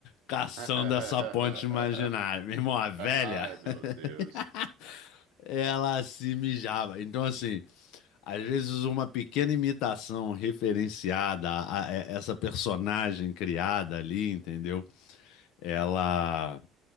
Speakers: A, on the left; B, on the right.
A: caçando
B: <laughs>
A: essa ponte imaginária. Meu irmão, a velha,
B: Ai, meu Deus.
A: <laughs> ela se mijava. Então, assim, Às vezes uma pequena imitação referenciada a, a- a essa personagem criada ali, entendeu? Ela,